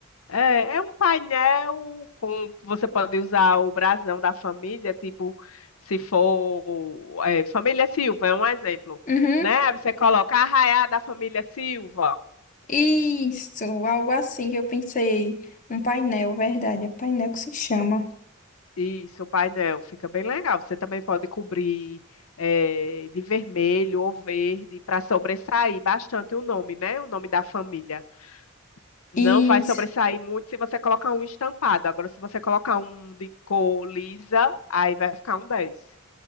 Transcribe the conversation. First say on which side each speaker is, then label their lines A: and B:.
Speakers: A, on the left (about 75°); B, on the left (about 35°).
A: É, é um painel com você pode usar o brasão da família, tipo, se for é, família Silva, é um exemplo,
B: Uhum.
A: né? Aí Você coloca a arraiá da família Silva.
B: Isso, algo assim que eu pensei. Um painel, verdade. É painel que se chama.
A: Isso, o painel fica bem legal. Você também pode cobrir eh, de vermelho ou verde para sobressair bastante o nome, né? O nome da família. Não
B: Isso.
A: vai sobressair muito se você colocar um estampado. Agora, se você colocar um de cor lisa, aí vai ficar um 10.